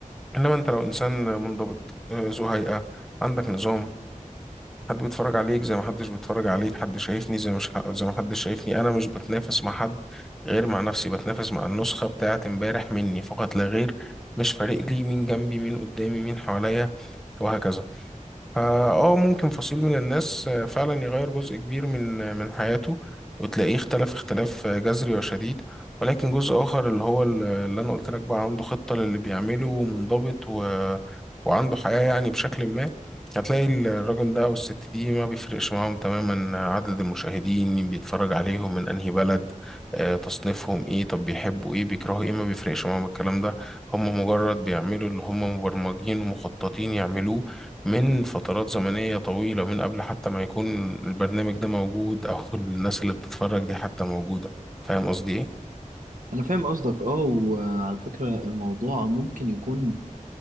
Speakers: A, in the centre; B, on the right (about 80°).
A: إنما أنت لو إنسان منضبط آه، ذو هيئة عندك نظام حد بيتفرج عليك زي ما حدش بيتفرج عليك حد شايفني زي مش ح- زي ما حدش شايفني انا مش بتنافس مع حد غير مع نفسي بتنافس مع النسخة بتاعة امبارح مني فقط لا غير مش فارق لي مين جنبي مين قدامي مين حواليا وهكذا اه آه، ممكن فصيل من الناس آه، فعلا يغير جزء كبير من آه، من حياته وتلاقيه اختلف اختلاف آه، جذري وشديد ولكن جزء اخر اللي هو ال- اللي انا قلت لك بقى عنده خطة للي بيعمله ومنضبط و... وعنده حياة يعني بشكل ما هتلاقي ال- الراجل ده او الست دي ما بيفرقش معاهم تماما آه، عدد المشاهدين مين بيتفرج عليهم من انهي بلد آه، تصنيفهم ايه طب بيحبوا ايه بيكرهوا ايه ما بيفرقش معاهم الكلام ده هم مجرد بيعملوا اللي هم مبرمجين ومخططين يعملوه من فترات زمنية طويلة من قبل حتى ما يكون البرنامج ده موجود أو الناس اللي بتتفرج دي حتى موجودة فاهم قصدي إيه؟
B: أنا فاهم قصدك أه وعلى فكرة الموضوع ممكن يكون